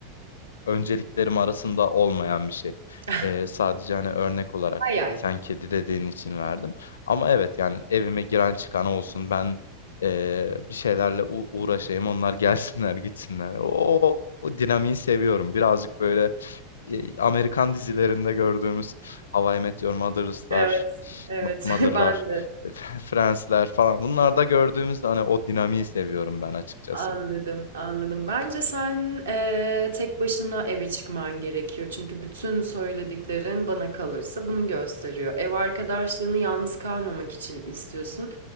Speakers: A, on the left (about 70°); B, on the right (about 75°).
A: önceliklerim arasında olmayan bir şey.
B: <laughs>
A: Ee, sadece hani örnek olarak
B: Hayal.
A: sen kedi dediğin için verdim. Ama evet yani evime giren çıkan olsun ben ee, bir şeylerle u- uğraşayım onlar <laughs> gelsinler gitsinler. O, o dinamiği seviyorum. Birazcık böyle e, Amerikan dizilerinde gördüğümüz How I Met Your Mother'lar,
B: Evet, evet.
A: Ma- Mother'lar,
B: <laughs> Ben de.
A: e, <laughs> Friends'ler falan. Bunlarda gördüğümüz hani o dinamiği seviyorum ben açıkçası.
B: Anladım, anladım. Bence sen eee, tek başına eve çıkman gerekiyor. Çünkü bütün söylediklerin bana kalırsa bunu gösteriyor. Ev arkadaşlığını yalnız kalmamak için istiyorsun.